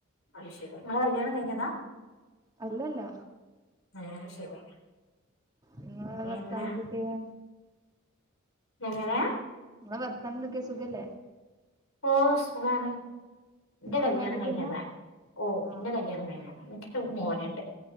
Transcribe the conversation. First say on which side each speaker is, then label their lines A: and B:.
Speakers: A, on the left (about 70°); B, on the right (about 20°).
A: അയ്ശരി നിങ്ങടെ കല്യാണം കഴിഞ്ഞതാ
B: അല്ലല്ല
A: ആ ശരി
B: നിങ്ങ
A: പിന്നെ
B: വർത്താന എന്തൊക്കെയാ
A: എങ്ങന
B: നിങ്ങളെ വർത്താനം എന്തൊക്കെയാ സുഖല്ലേ
A: ഓ സുഖാണ് എന്റെ
B: നിങ്ങളെ
A: കല്യാണം
B: മാരേജ്
A: കഴിഞ്ഞതാ
B: കഴിഞ്ഞാ
A: ഓ
B: ആ
A: എന്റെ കല്യാണം കഴിഞ്ഞാ എനിക്കൊരു മോനുണ്ട്